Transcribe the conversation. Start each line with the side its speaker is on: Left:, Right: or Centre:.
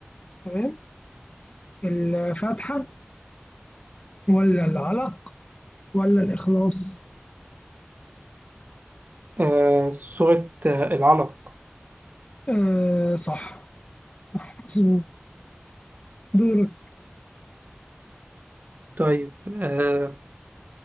Left: تمام الفاتحة ولا العلق ولا الإخلاص
Right: آه سورة آه العلق
Left: آه صح مظبوط دورك
Right: طيب آه